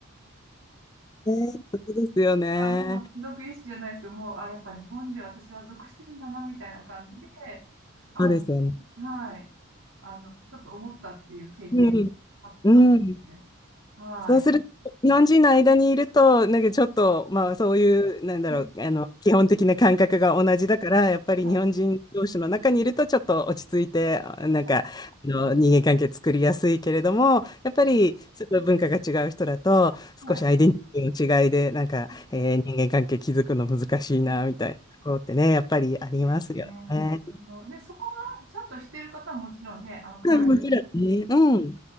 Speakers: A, on the left; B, on the right.
A: ね、そうですよね。
B: あ、もう貴族意識じゃないですけど、もう、あ、やっぱ日本で私は属してるんだな、みたいな感じで、あの、
A: そうですよね。
B: はい。あの、ちょっと思ったっていう経験
A: うん。
B: があったので、
A: うん。
B: はい。
A: そうすると、日本人の間にいると、なんかちょっと、まあそういう、なんだろう、
B: うん
A: あの、基本的な感覚が同じだから、やっぱり日本人同士の中にいると、
B: はい。
A: ちょっと落ち着いて、あなんか、
B: は
A: あの、人間関係作りやすいけれども、やっぱり、ちょっと文化が違う人だと、
B: い。はい
A: 少しアイデンティティの違いで、なんか、
B: うん
A: えー人間関係築くの難しいな、
B: うん
A: みたいなところってね、やっぱりありますよね。
B: そうですね。あの、で、そこがちゃんとしてる方はもちろんね、あの、海外、
A: うんもちろんね。うん。